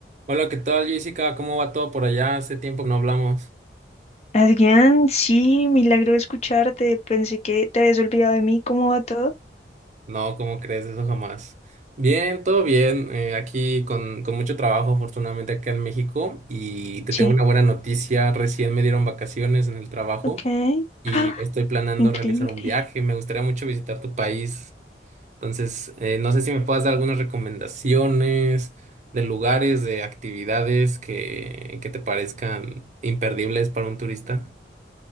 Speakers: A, on the right (about 40°); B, on the left (about 35°).
A: Hola, ¿qué tal, Jessica? ¿Cómo va todo por allá? Hace tiempo que no hablamos.
B: Adrián, sí, milagro de escucharte. Pensé que te habías olvidado de mí. ¿Cómo va todo?
A: No, ¿cómo crees? Eso jamás. Bien, todo bien. eh, aquí con, con mucho trabajo, afortunadamente, acá en México. Y te
B: Sí,
A: tengo una buena noticia. Recién me dieron vacaciones en el trabajo
B: ok.
A: y
B: ¡Ah!
A: estoy planeando
B: Increíble.
A: realizar un viaje. Me gustaría mucho visitar tu país. Entonces, eh, no sé si me puedas dar algunas recomendaciones de lugares, de actividades que, que te parezcan imperdibles para un turista.